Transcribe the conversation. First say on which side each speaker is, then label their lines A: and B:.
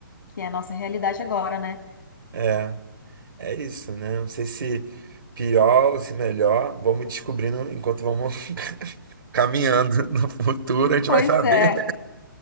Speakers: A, on the left (about 70°); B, on the right (about 75°).
A: que é a nossa realidade agora, né?
B: É. É isso, né? Não sei se pior ou se melhor. Vamos descobrindo enquanto vamos <laughs> caminhando no futuro, a gente
A: Pois
B: vai saber.
A: é.